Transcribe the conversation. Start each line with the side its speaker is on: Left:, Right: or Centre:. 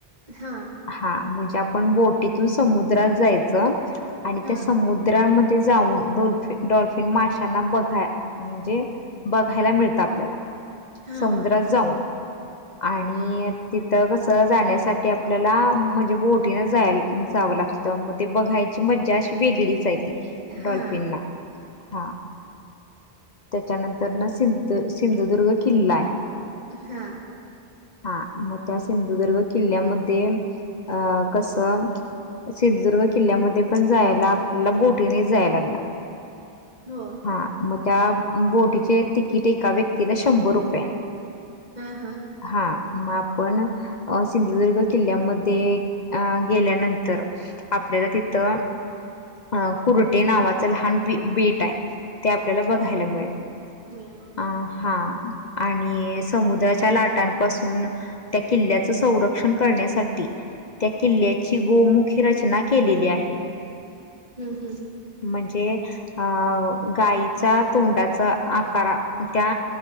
Right: हा
Left: हा म्हणजे आपण बोटीतून समुद्रात जायचं आणि
Right: हा
Left: त्या समुद्राम ते जाऊन डल्फिन डॉल्फिन माशांना बघा म्हणजे बघायला मिळतं आपल्याला
Right: हा
Left: समुद्रात
Right: हा
Left: जाऊन आणि ति तर कसं जाण्यासाठी आपल्याला म्हणजे बोटीन जायला जावं लागतं मग ते बघाय मज्जा अशी वेगळीच आहे ती
Right: हा हा
Left: डल्फिनला हा त्याच्यानंतर ना सिंधू सिंधुदुर्ग किल्ला आहे
Right: हा
Left: हा मग त्या सिंधुदुर्ग किल्ल्यामध्ये अं कसं सिंधुदुर्ग किल्ल्यामध्ये पण जायला आपल्याला बोटीने जायला लागणार
Right: हो
Left: हा मग त्या बोटीचे तिकीट एका व्यक्तीला शंभर रुपये हाये
Right: हा हा हा
Left: हा मा पण सिंधुदुर्ग किल्ल्यामध्ये अ गेल्यानंतर आपल्याला तिथं अ कुरटे नावाचं लहान बी बेट आहे ते आपल्याला
Right: हा
Left: बघायला मिळेल
Right: मिळेल
Left: अ हा आणि समुद्राच्या लाटांपासून त्या किल्ल्याच संरक्षण करण्यासाठी त्या किल्ल्या ची गोमुखी रचना केलेली आहे.
Right: हम्म हम्म.
Left: म्हणजे अ गाईचा तोंडाचा आकार त्या.